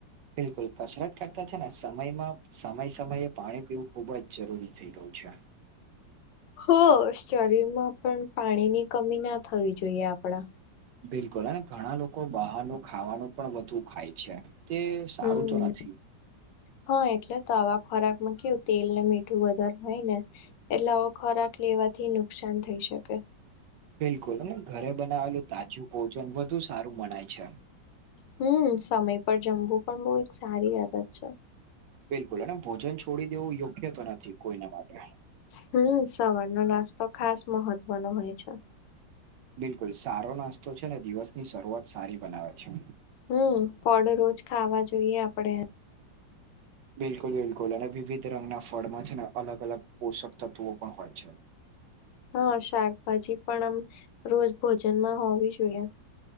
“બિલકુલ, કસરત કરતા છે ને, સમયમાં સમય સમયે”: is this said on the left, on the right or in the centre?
Right